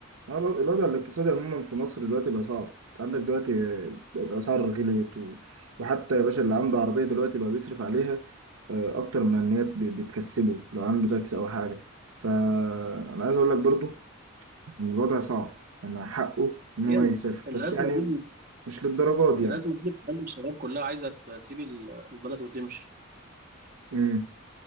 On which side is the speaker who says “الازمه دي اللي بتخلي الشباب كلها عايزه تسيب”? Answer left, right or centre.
Right